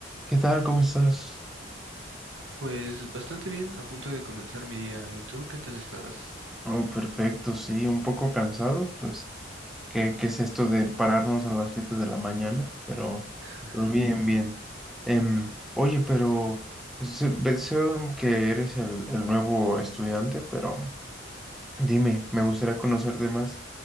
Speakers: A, in the centre; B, on the right.
A: ¿Qué tal? ¿Cómo estás?
B: Pues bastante bien, a punto de comenzar mi día. ¿Y tú qué tal estás?
A: Oh, perfecto, sí, un poco cansado, pues, ¿qué, qué es esto de pararnos a las 7 de la mañana? Pero,
B: <laughs>
A: pero bien, bien. Em, oye, pero se- veo que eres el, el nuevo estudiante, pero dime, me gustaría conocerte más.